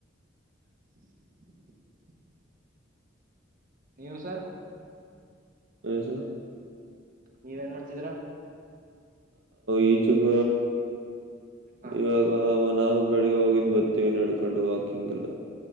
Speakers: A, on the right; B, on the right.
A: <inaudible> <unintelligible> ನೀವು ಸರ್
B: ಹಸ
A: ನೀವ ನ್ ಮಾಡ್ತಿದೀರಾ
B: ಈ ಚುಬ
A: ಹ
B: ಇವಾಗ ನಾವು ಬೆಳಿಗ್ಗೆ ಹೋಗಿದ್ದ್ ಬರ್ತೀವಿ ನಡ್ಕೊಂಡು ವಾಕಿಂಗ್ ಎಲ್ಲ